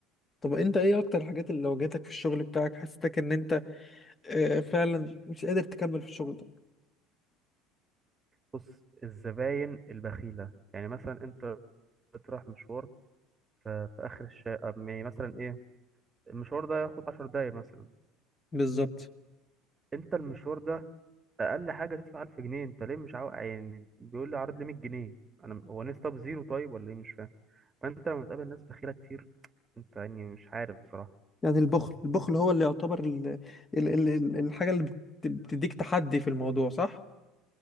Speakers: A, on the left; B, on the right.
A: طب انت ايه اكتر الحاجات اللي واجهتك في الشغل بتاعك حسيتك ان انت آه، فعلا مش قادر تكمل في الشغل ده
B: بص الزباين البخيلة يعني مثلا انت بتروح مشوار ف- في اخر الشارع يعني مثلا ايه المشوار ده ياخد 10 دقايق مثلا
A: بالظبط
B: انت المشوار ده اقل حاجه تدفع 1000 جنيه انت ليه مش عاوز يعني بيقول لي عرض لي 100 جنيه انا هو ناس طب زيرو طيب ولا ايه مش فاهم فانت لما تقابل ناس بخيله كتير انت يعني مش عارف بصراحه
A: يعني البخل البخل هو اللي يعتبر ال... ال... ال... ال- الحاجة اللي بت- بتديك تحدي في الموضوع صح؟